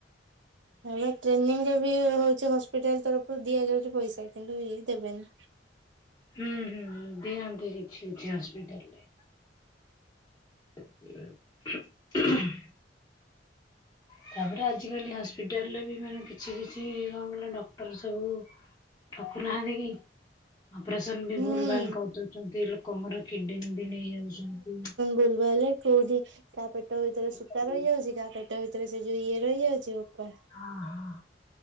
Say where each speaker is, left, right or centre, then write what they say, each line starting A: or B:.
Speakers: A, on the right; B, on the left.
A: ହଁ ବା, ଟ୍ରେନିଂ ରେ ବି ହଉଛି ହସ୍ପିଟାଲ୍ ତରଫରୁ ଦିଆଯାଉଛି ପଇସା। କିନ୍ତୁ ଇଏ ଦେବେନି।
B: ହୁଁ, ହୁଁ, ହୁଁ ଦିଅନ୍ତି କିଛି କିଛି ହସ୍ପିଟାଲ୍ ରେ। <inaudible> ତା'ପରେ ଆଜିକାଲି ହସ୍ପିଟାଲରେ ବି ମାନେ କିଛି କିଛି କଣ କଇଲ, ଡକ୍ଟର ସବୁ ଠକୁ ନାହାଁନ୍ତି କି? ଅପରେସନ୍ ବି
A: ହୁଁ।
B: ଭୁଲ ଭାଲ କରିଦଉଚନ୍ତି, ଲୋ କମର କିଡନୀ ବି ନେଇଯାଉଚନ୍ତି।
A: ଭୁଲ୍ ଭାଲେ କୋଉଠି କା, ପେଟ ଭିତରେ ସୂତା
B: ହଁ
A: ରହିଯାଉଛି, କା ପେଟ ଭିତରେ ସେ ଯଉ ଇଏ ରହିଯାଉଛି, ବୋପା!
B: ହଁ, ହଁ,